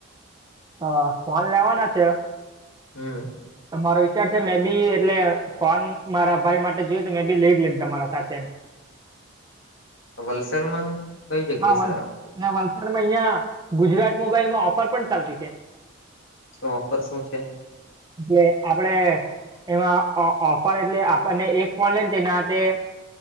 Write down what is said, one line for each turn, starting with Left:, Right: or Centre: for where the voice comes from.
Right: હા ફોન લેવાના છે?
Left: હમ.....
Right: મારો વિચાર છે. મેબી એટલે. ફોન મારા ભાઈ માટે જોયું. તો મેં બી લઈ લેમ તમારા સાથે એમ.
Left: વલસાડમાં. કઈ જગ્યા
Right: હા, વ
Left: સારા મળે
Right: વલસાડમાં અહિયાં ગુજરાત મોબાઈલમાં ઓફર પણ ચાલતી છે.
Left: શું ઓફર શું છે?
Right: એટલે આપડે એમાં ઓફર એટલે આપને એક ફોન લઈને તેના હોય.